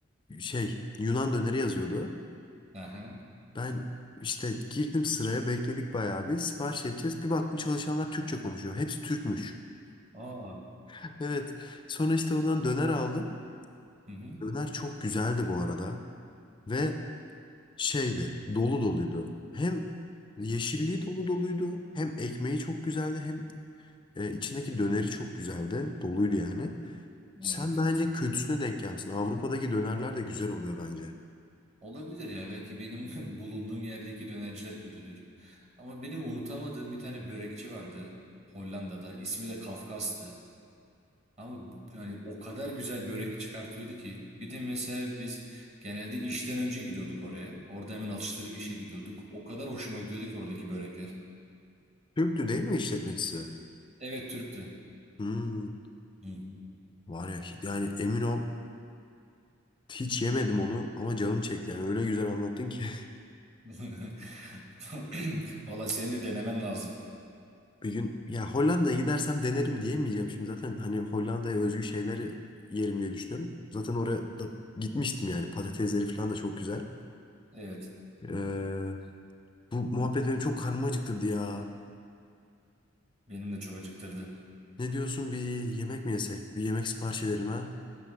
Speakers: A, on the left; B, on the right.
A: de şey Yunan döneri yazıyordu.
B: Aha.
A: Ben işte girdim sıraya bekledik bayağı bir sipariş edeceğiz. Bir baktım çalışanlar Türkçe konuşuyor. Hepsi Türkmüş.
B: Aa.
A: <laughs> Evet. Sonra işte oradan döner aldım.
B: Hı hı.
A: Döner çok güzeldi bu arada. Ve şeydi dolu doluydu. Hem yeşilliği dolu doluydu. Hem ekmeği çok güzeldi. Hem e, içindeki döneri çok güzeldi. Doluydu yani. Sen
B: Evet.
A: bence kötüsüne denk gelmişsin. Avrupa'daki dönerler de güzel oluyor bence.
B: Olabilir ya belki benim <laughs> bulunduğum yerdeki dönerciler kötüdür. Ama benim unutamadığım bir tane börekçi vardı Hollanda'da. İsmi de Kafkas'tı. Ama yani o kadar güzel börek çıkartıyordu ki. Bir de mesela biz genelde işten önce gidiyorduk oraya. Orada hemen atıştırıp işe gidiyorduk. O kadar hoşuma gidiyordu ki oradaki börekler.
A: Türktü değil mi işletmecisi?
B: Evet Türk'tü.
A: Hmm,
B: Hı hı.
A: var ya yani emin ol hiç yemedim onu ama canım çekti yani öyle güzel anlattın ki. <laughs>
B: <laughs> Valla senin de denemen lazım.
A: Bir gün ya Hollanda'ya gidersem denerim diyemeyeceğim şimdi zaten hani Hollanda'ya özgü şeyleri yerim diye düşünüyorum. Zaten oraya da gitmiştim yani patatesleri falan da çok güzel.
B: Evet
A: Ee, bu muhabbet benim çok karnımı acıktırdı ya.
B: benim de çok acıktırdı.
A: Ne diyorsun bir yemek mi yesek? Bir yemek sipariş edelim ha?